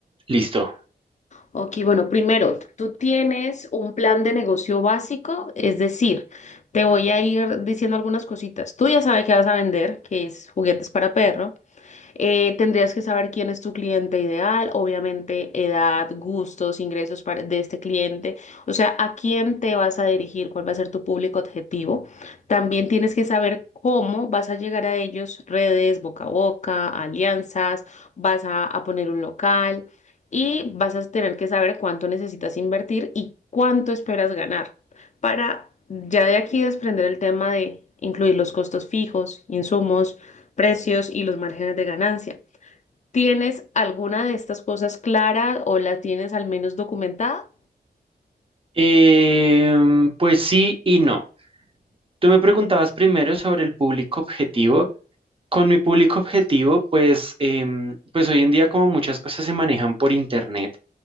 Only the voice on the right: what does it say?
Listo.
Em, pues sí y no. Tú me preguntabas primero sobre el público objetivo. Con mi público objetivo, pues, em, pues hoy en día como muchas cosas se manejan por internet,